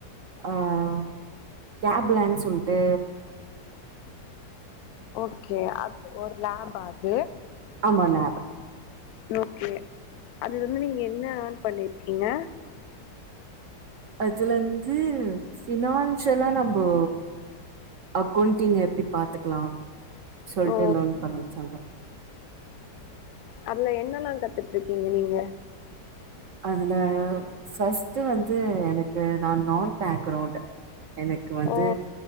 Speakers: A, on the right (about 60°); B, on the left (about 70°).
A: ஆ கேப்லன்னு சொல்லிட்டு
B: ஓகே அ ஒரு லேப்பா அது
A: ஆமா லேப்
B: ஓகே அதுல இருந்து நீங்க என்ன ஆன் பண்ணிருக்கீங்க
A: அதுல வந்து பினான்சியலா நம்ம அக்கௌண்டிங் எப்படி பாத்துக்கலாம் சொல்லிட்டு
B: ஓ
A: லேர்ன் பண்ண வச்சாங்க
B: அதுல என்னல்லாம் கத்துட்டு இருக்கீங்க நீங்க
A: அதுல ஃபஸ்ட் வந்து எனக்கு நான் நான் பேக்ரவுண்ட் எனக்கு வந்து
B: ஓ